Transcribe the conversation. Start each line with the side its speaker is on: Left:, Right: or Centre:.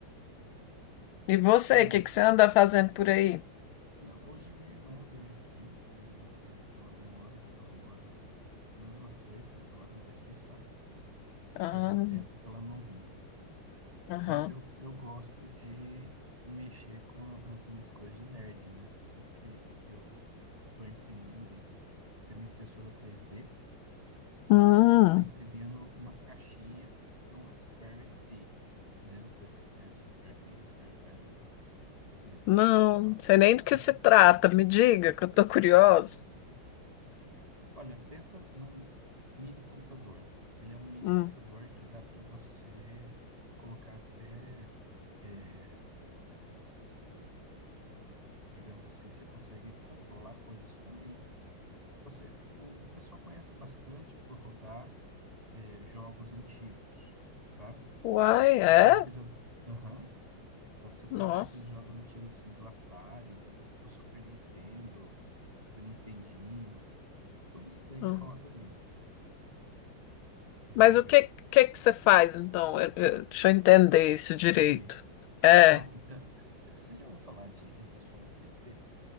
Left: E você,
Right: É,
Left: o que que você anda fazendo por aí?
Right: não, hoje minha irmã veio aqui, minha irmã que ela não mora aqui, ela mora pelo menos umas três, quatro horas daqui, sabe?
Left: Ah,
Right: Fazia tempo que ela não vinha.
Left: aham.
Right: Mas eu, eu gosto de mexer com as minhas coisas de nerd, né? Você sabe que eu estou imprimindo, eu tenho uma impressora três d
Left: Hum,
Right: então estou imprimindo uma caixinha para um Raspberry Pi, né? Não sei se você conhece Raspberry Pi, Raspberry Pi, eu nunca sei direito
Left: não,
Right: como que se fala.
Left: não sei nem do que
Right: <laughs>
Left: se trata. Me diga, que eu tô curiosa.
Right: Olha, pensa num mini computador. Ele é um mini
Left: Hum.
Right: computador que dá para você colocar até é, digamos assim, você consegue controlar coisas com ele. Você, o, o pessoal conhece bastante por rodar é, jogos antigos, sabe?
Left: Uai, é?
Right: Então você já, aham, dá pra você pegar
Left: Nossa.
Right: aqueles jogos antigos assim do Atari, do, do Super Nintendo, do Nintendinho, tudo isso daí
Left: hum.
Right: roda nele. É bem
Left: Mas
Right: legal.
Left: o que, que que você faz, então? Eu- eu- deixa eu entender isso direito.
Right: Com ele?
Left: É,
Right: Ah, então, c- você já ouviu falar de impressora três d